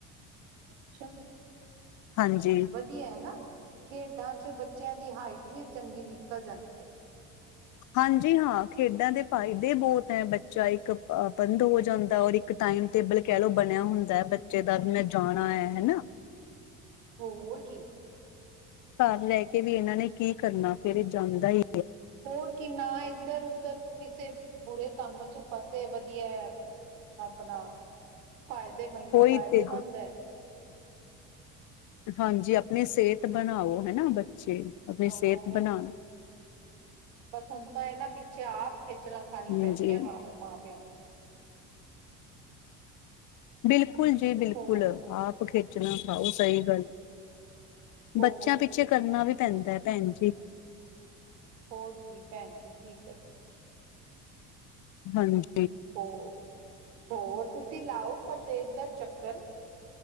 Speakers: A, on the right; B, on the left.
A: ਅੱਛਾ,
B: ਹਾਂਜੀ-ਹਾਂਜੀ
A: ਵਧੀਆ ਐ ਨਾ ਖੇਡਾਂ ਚ ਬੱਚਿਆਂ ਦੀ ਹਾਈਟ ਵੀ ਚੰਗੀ ਨਿਕਲ਼ ਜਾਂਦੀ ਐ।
B: ਹਾਂਜੀ ਹਾਂ ਖੇਡਾਂ ਦੇ ਫਾਇਦੇ ਬੋਤ ਐ ਬੱਚਾ ਇੱਕ ਅ ਬੰਦ ਹੋ ਜਾਂਦਾ ਔਰ ਇੱਕ ਇੱਕ ਟਾਈਮ ਟੇਬਲ ਕੈ ਲੋ ਬਣਿਆ ਹੁੰਦਾ ਐ ਬੱਚੇ ਦਾ ਵੀ ਮੈਂ ਜਾਣਾ ਐ ਹਨਾ।
A: ਹੋਰ ਕੀ।
B: ਘਰ ਰੈ ਕੇ ਵੀ ਏਨਾਂ ਨੇ ਕਰਨਾ ਫੇਰ ਏ ਜਾਂਦਾ ਈ।
A: ਹੋਰ ਕੀ ਨਾ ਏਧਰ-ਉੱਧਰ ਕਿਸੇ ਬੁਰੇ ਕੰਮ ਚ ਫਸੇ ਵਧੀਆ, ਆਪਣਾ ਫ਼ਾਇਦੇਮੰਦ
B: ਉਹੀ
A: ਆ ਪਾਇਦੇਮੰਦ
B: ਤੇ ਜੀ
A: ਐ।
B: ਹਾਂਜੀ ਆਪਣੀ ਸੇਅਤ ਬਣਾਓ ਹੈਨਾ ਬੱਚੇ। ਆਪਣੀ
A: ਅ
B: ਸਿਹਤ
A: ਹੋਰ,
B: ਬਣਾਉਣ
A: ਬਸ ਹੁਣ ਤਾਂ ਐ ਨਾ ਪੀ ਛੇ ਆਪ ਖੇਚਲਾਂ ਖਾਨੀ ਪੈਂਦੀਆਂ
B: ਹਾਂਜੀ
A: ਮਾਂ-ਪਿਓ ਮਾਂ-ਪਿਓ ਨੂੰ।
B: ਬਿਲਕੁਲ ਜੀ ਬਿਲਕੁਲ
A: ਹੋਰ
B: ਆਪ ਖੇਚਲ਼ਾ ਖਾਓ ਸਹੀ ਗੱਲ।
A: ਹੋਰ
B: ਬੱਚੇਆਂ ਪਿੱਛੇ
A: ਕੀ
B: ਕਰਨਾ ਵੀ ਪੈਂਦਾ ਪੈਣ ਜੀ।
A: ਹੋਰ ਕੀ ਪੈਣ ਜੀ ਕੀ ਕਰੀਏ
B: ਹਾਂਜੀ
A: ਹੋਰ, ਹੋਰ ਤੁਸੀ ਲਾਓ ਕਦੇ ਇੱਧਰ ਚੱਕਰ।